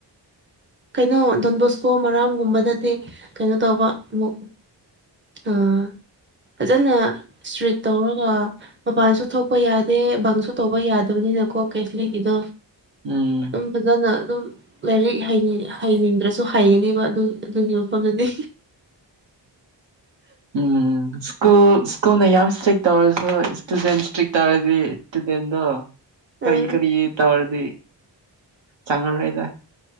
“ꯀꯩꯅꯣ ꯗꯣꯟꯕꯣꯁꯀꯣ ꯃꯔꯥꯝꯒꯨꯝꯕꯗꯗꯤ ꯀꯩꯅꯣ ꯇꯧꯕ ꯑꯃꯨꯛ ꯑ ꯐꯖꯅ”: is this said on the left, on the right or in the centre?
Right